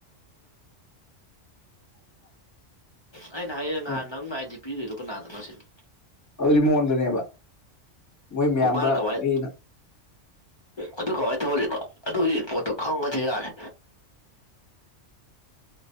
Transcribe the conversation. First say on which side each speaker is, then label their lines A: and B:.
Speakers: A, on the left; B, on the left.
A: <inaudible>
B: ꯑꯩꯅ ꯍꯥꯏꯖꯦ ꯉꯍꯟ
A: ꯃꯣꯏ
B: ꯅꯪꯅ ꯑꯥꯏ ꯗꯤ ꯄꯤꯒ꯭ꯔꯤꯗꯣ ꯀꯅꯥꯗꯅꯣꯁꯤꯅꯤ
A: ꯑꯗꯨꯗꯤ ꯃꯉꯣꯟꯗꯅꯦꯕ ꯃꯣꯏ ꯃꯌꯥꯝꯕꯒꯩꯅ
B: ꯃꯥꯅ ꯀꯃꯥꯏ ꯑꯗꯨ ꯀꯃꯥꯏꯅ ꯇꯧꯜꯂꯤꯅꯣ ꯑꯗꯨꯒꯤ ꯄꯣꯠꯇꯣ ꯈꯪꯉꯗꯤ ꯌꯥꯔꯦ